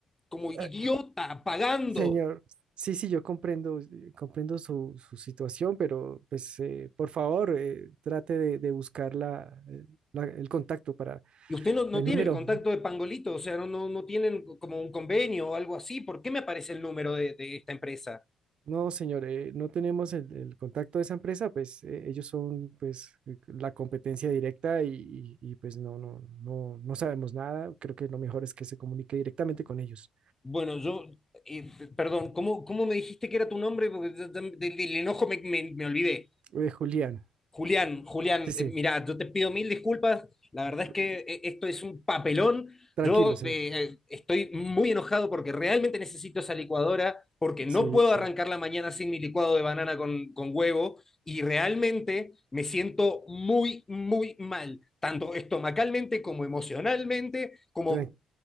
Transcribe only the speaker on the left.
como idiota
pagando
y usted no, no
tiene
el contacto de Pangolito, o sea, no, no, no tienen como un convenio o algo así. ¿Por qué me aparece el número de, de esta empresa?
Bueno, yo, eh, perdón, ¿cómo, cómo me dijiste que era tu nombre? Porque ya- del, del enojo me, me- me olvidé.
Julián, Julián,
eh, mira, yo te pido mil disculpas. La verdad
es que eh, esto es un papelón.
Yo
eh, eh, estoy muy enojado porque realmente necesito esa licuadora, porque no
puedo
arrancar la mañana sin mi licuado de banana con, con huevo y realmente me siento muy, muy mal, tanto estomacalmente como emocionalmente, como